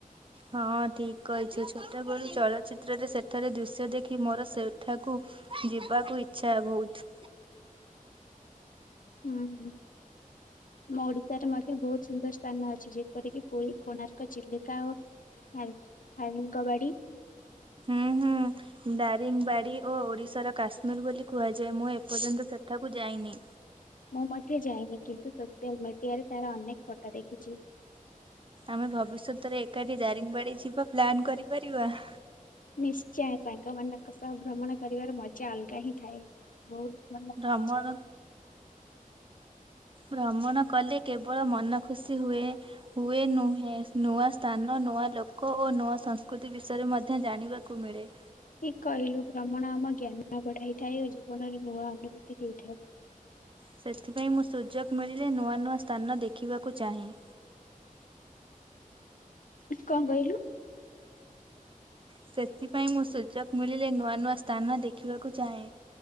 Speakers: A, on the right; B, on the left.
A: ହଁ ଠିକ କହିଛୁ ଛୋଟବେଳୁ ଚଳଚ୍ଚିତ୍ରରେ ସେ ରେ ଦୃଶ୍ୟ ଦେଖି ମୋର ସେଠା କୁ ଯିବାକୁ ଇଛା ଇଚ୍ଛା ବହୁତ।
B: ହୁଁ ଆମ ଓଡିଶାରେ ମଧ୍ୟ ବହୁତ ସୁନ୍ଦର ସ୍ଥାନ ଅଛି ଯେପରିକି ପୁରୀ କୋଣାର୍କ ଚିଲିକା ଆଉ ଦାରିଙ୍ଗବାଡି।
A: ହୁଁ ହୁଁ ଦାରିଙ୍ଗବାଡି ଓ ଓଡ଼ିଶାର କାଶ୍ମୀର ବୋଲି କୁହାଯାଏ ମୁଁ ଏପର୍ଯ୍ୟନ୍ତ ସେଠାକୁ ଯାଇନି।
B: ମୁଁ ମଧ୍ୟ ଯାଇନି କିନ୍ତୁ ସୋସିଆଲ ମିଡିଆରେ ତାର ଅନେକ ଫଟୋ ଦେଖିଛି।
A: ଆମେ ଭବିଷ୍ୟତରେ ଏକାଠି ଦାରିଙ୍ଗବାଡି ଯିବା ପ୍ଲାନ୍ କରିପାରିବା? <inaudible>
B: ନିଶ୍ଚୟ ସାଙ୍ଗମାନଙ୍କ ସହ ଭ୍ରମଣ କରିବାର ମଜା ଅଲଗା ହିଁ ଥାଏ ବହୁତ ମାନେ
A: ଭ୍ରମଣ
B: ମଜା ହେଇ।
A: ଭ୍ରମଣ କଲେ କେବଳ ମନ ଖୁସି ହୁଏ ହୁଏ ନୁହେଁ ନୂଆ ସ୍ଥାନ ନୂଆ ଲୋକ ଓ ନୂଆ ସଂସ୍କୃତି ବିଷୟରେ ମଧ୍ୟ ଜାଣିବା କୁ ମିଳେ।
B: ଠିକ୍ କହିଲୁ ଭ୍ରମଣ ଆମ ଜ୍ଞାନ ବଢାଇଥାଏ ଓ ଜୀବନରେ ନୂଆ ଅନୁଭୂତି ଦେଇଥାଏ।
A: ସେଥିପାଇଁ ମୁଁ ସୁଯୋଗ ମିଳିଲେ ନୂଆ ନୂଆ ସ୍ଥାନ ଦେଖିବାକୁ ଚାହେଁ। <inaudible>
B: କଣ କହିଲୁ?
A: ସେଥିପାଇଁ ମୁଁ ସୁଯୋଗ ମିଳିଲେ ନୂଆ ନୂଆ ସ୍ଥାନ ଦେଖିବାକୁ ଚାହେଁ।